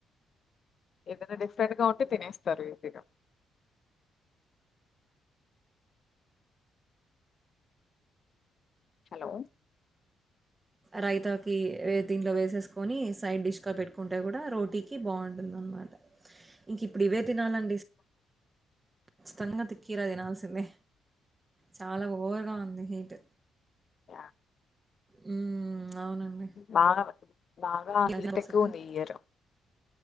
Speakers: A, on the left; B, on the right.
A: ఏదన్నా డిఫరెంట్గా ఉంటే తినేస్తారు ఈజీగా. హలో
B: రైతాకీ ఏద్ దీంట్లో వేసేసుకొనీ, సైడ్ డిష్ గా పెట్టుకుంటే గూడా రోటీకి బాగుంటుందన్నమాట. ఇంక ఇప్పుడు ఇవే తినాలండి. ఖచ్చితంగా కీర తినాల్సిందే. చాలా ఓవర్గా ఉంది హీట్.
A: యా
B: హ్మ్. అవునండి.
A: బాగా బాగా
B: మీది
A: హీట్
B: బాక్స్‌కి
A: ఎక్కువ ఉంది ఈ ఇయర్.